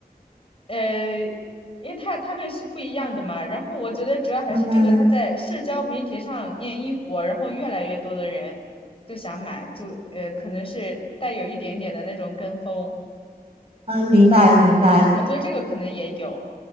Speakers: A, on the left (about 35°); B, on the right (about 35°).
A: 呃，因为他他们是不一样的嘛，然后我觉得主要还是这个，
B: 嗯嗯
A: 他在社交媒体上面一火，然后越来越多的人就想买，就呃，可能是带有一点点的那种跟风，
B: 嗯，明白明白。
A: 嗯，我觉得这个可能也有，